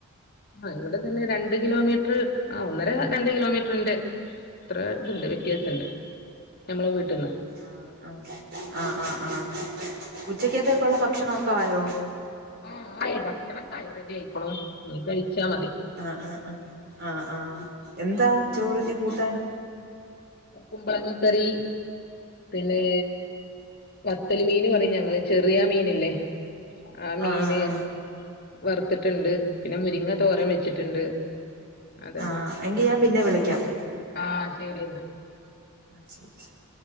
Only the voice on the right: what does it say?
ആ ആ ആ ആ ആ ഉച്ചക്കെത്തേക്കള്ള ഭക്ഷണ ഒക്ക ആയോ
അ ആഹ് ആ ആഹ് ആഹ് എന്താ ചോറിഞ്ഞ് കൂട്ടാൻ
ആഹ് ആഹ് ആഹ്
ആഹ് എങ്കി ഞാൻ പിന്നെ വിളിക്കാം
അ